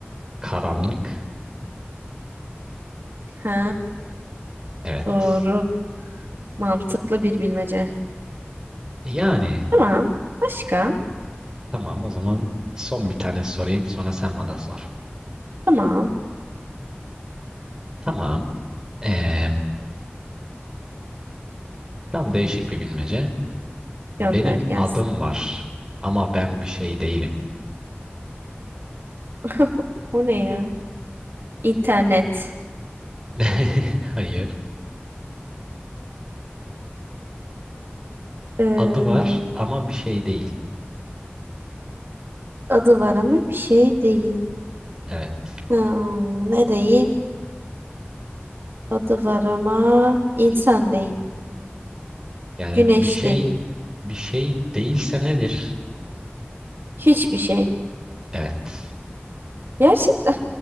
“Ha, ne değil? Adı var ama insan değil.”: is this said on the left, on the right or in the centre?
Right